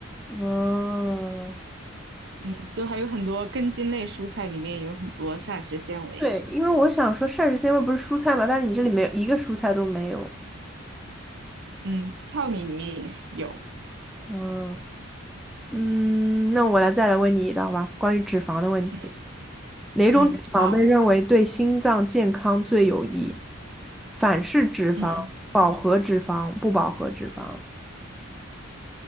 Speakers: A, in the centre; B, on the right.
A: <laughs> 嗯，
B: 嗯，就还有很多根茎类蔬菜里面有很多膳食纤维。
A: 对，因为我想说膳食纤维不是蔬菜嘛，但是你这里没有一个蔬菜都没有。
B: 嗯，糙米里面也有。
A: 嗯嗯，那我来再来问你一道吧，关于脂肪的问题，
B: 嗯
A: 哪种脂肪被认为对心脏健康最有益？
B: 嗯，好，
A: 反式脂肪、
B: 嗯。
A: 饱和脂肪、不饱和脂肪。